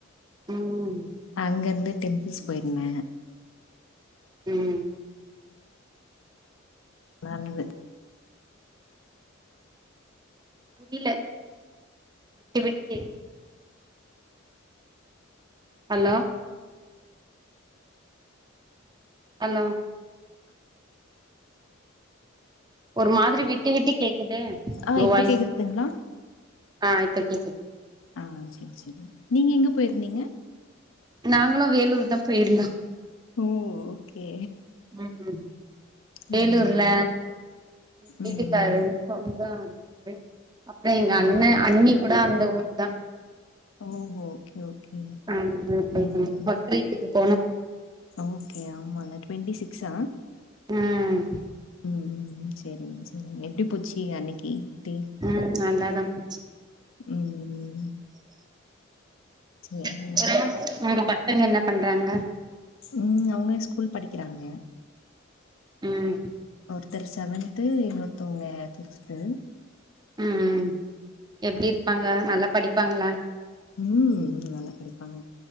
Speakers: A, on the right (about 20°); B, on the left (about 70°).
A: ம்
B: அங்க இருந்து டெம்பிள்ஸ் போயிருந்த
A: ம்
B: நல்லது
A: புரில விட்டு விட்டு கேக்கு ஹலோ அலோ ஒரு மாதிரி விட்டு விட்டு கேக்குது
B: ஆ
A: உங்க
B: இப்ப
A: வாயஸ்
B: கேக்குதுங்களா
A: ஆ இப்ப கேக்குது
B: ஆ சேரி சேரி நீங்க எங்க போயிருந்தீங்க
A: நாங்களு வேலூர் தா போயிருந்தோ
B: ம் ஓகே
A: ம்ம் வேலூர்ல
B: ம்
A: வீட்டுக்காரு
B: ம்
A: சொந்த இருக்குது அப்பறோ எங்க அண்ண
B: ஆ
A: அண்ணி கூட அந்த ஊர் தா
B: ஓ ஓகே ஓகே
A: ஆமா போட்டு
B: ம்
A: வந்தோ பக்கீத்துக்கு போனோ
B: ஓகே ஆமால ட்வெண்ட்டி சிக்ஸ் ஆ
A: ம்
B: ம் செரிங்க செரிங்க எப்பிடி போச்சி அன்னெக்கி தீன்
A: ம் நல்லாதா போச்சு
B: ம் ம் ம் ம் சேரிங்
A: அப்றோ உங்க பசங்க என்ன பண்றாங்க
B: ம் அவ்ங்க ஸ்கூல் படிக்கெறாங்க
A: ம்
B: ஒருத்தர் சவன்த்து இன்னொருத்தவ்ங்க ஃபிப்த்து
A: ம் ம் ம் ம் எப்டி இருப்பாங்க நல்லா படிப்பாங்களா
B: ம் நல்லா படிப்பாங்க